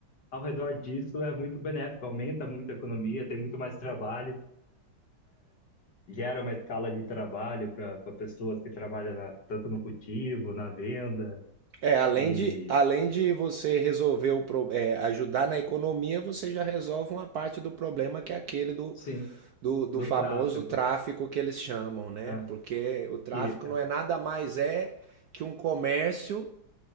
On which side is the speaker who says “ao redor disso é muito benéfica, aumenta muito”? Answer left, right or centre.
Left